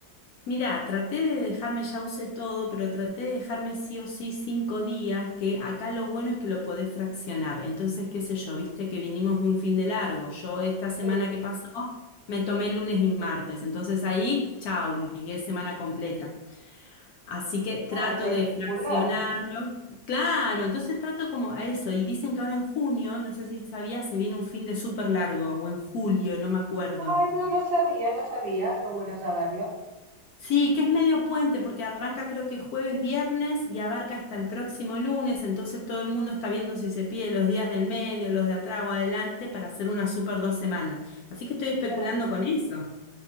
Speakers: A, on the left (about 70°); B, on the right (about 80°).
A: Mirá, traté de dejarme, ya usé todo, pero traté de dejarme sí o sí cinco días, que acá lo bueno es que lo podés fraccionar. Entonces, qué sé yo, viste que vinimos de un fin de largo. Yo esta semana
B: Sí.
A: que pasó me tomé el lunes y martes. Entonces ahí, chau, ligué semana completa. Así que trato
B: Ah, espectacular.
A: de fraccionarlo. Claro, entonces trato como a eso. Y dicen que ahora en junio, no sé si sabías, se viene un fin de súper largo, o en julio, no me acuerdo.
B: Ay, no, no sabía, no sabía, qué bueno saberlo.
A: Sí, que es medio puente porque arranca creo que jueves, viernes y abarca hasta el próximo lunes, entonces todo el mundo está viendo si se pide los días del medio, los de atrás o adelante para hacer una super dos semanas. Así que estoy especulando
B: Claro.
A: con eso.